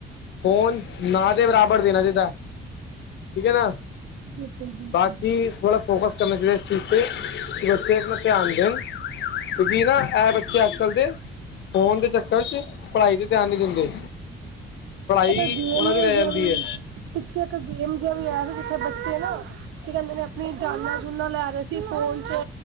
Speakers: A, on the left; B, on the right.
A: ਫੋਨ ਨਾ ਦੇ ਬਰਾਬਰ ਦੇਣਾ ਚਾਈਦਾ। ਠੀਕ ਏ ਨਾ,
B: ਬਿਲਕੁਲ-ਬਿਲਕੁਲ।
A: ਬਾਕੀ ਥੋੜਾ ਫੋਕਸ ਕਰਨਾ ਚਾਈਦਾ ਇਸ ਚੀਜ਼ ਤੇ। ਕੀ ਬੱਚੇ ਤੇ ਧਿਆਨ ਦੇਣ, ਕਿਉਂਕਿ ਨਾ ਐ ਬੱਚੇ ਅੱਜ ਕੱਲ੍ਹ ਦੇ ਫੋਨ ਦੇ ਚੱਕਰ 'ਚ, ਪੜ੍ਹਾਈ ਤੇ ਧਿਆਨ ਨੀ ਦਿੰਦੇ। ਪੜ੍ਹਾਈ
B: ਇੱਕ ਗੇਮ
A: ਓਨਾਂ ਦੀ ਰੈ ਜਾਂਦੀ
B: ਜਿਹੜੀ
A: ਏ।
B: ਪਿੱਛੇ ਇੱਕ ਗੇਮ ਜਿਆ ਵੀ ਆਇਆ ਹੀ, ਜਿੱਥੇ ਬੱਚੇ ਨਾ ਕੀ ਕੈਂਦੇ ਨੇ ਵੀ ਜਾਨਾਂ ਜੂਨਾ ਲੈ ਰੇਹ ਸੀ ਫੋਨ 'ਚ।